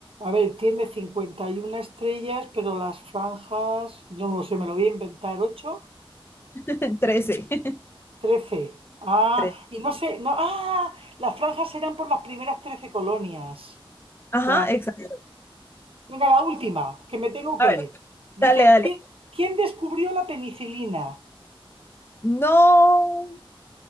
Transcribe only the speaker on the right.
a ver, tiene 51 estrellas, pero las franjas, no lo sé, me lo voy a inventar. 8,
13. Ah,
y no sé, no, ah, las franjas eran por las primeras 13 colonias.
Claro.
Venga, la última, que me tengo que
ir. Dice,
¿quién, quién descubrió la penicilina?